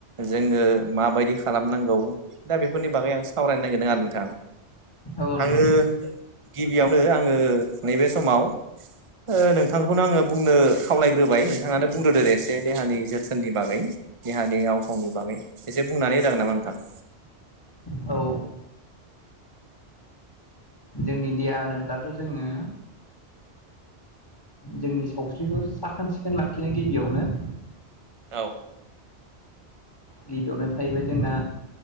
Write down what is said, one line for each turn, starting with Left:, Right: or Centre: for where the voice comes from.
Right: जोङो माबायदि खालामनांगौ दा बेफोरनि बागै आं सावरायनो नागेरदों आरो नोंथां।
Left: औ नोंथां
Right: आङो गिबियावनो आङो नैबे समाव ओ नोंथांखौनो आङो बुंनो खावलायग्रोबाय नोंथाङानो बुंग्रोदो एसे देहानि जोथोननि बागै। देहानि आव फावनि बागै एसे बुंनानै होजागोन नामा नोंथां?
Left: औ। जोंनि देहा होनोब्लाथ' जोङो जोंनि सावस्रिखौ साखोन सिखोन लाखिनाय गिबियावनो।
Right: औ।
Left: गिबियावनो थाहैबाय जोंना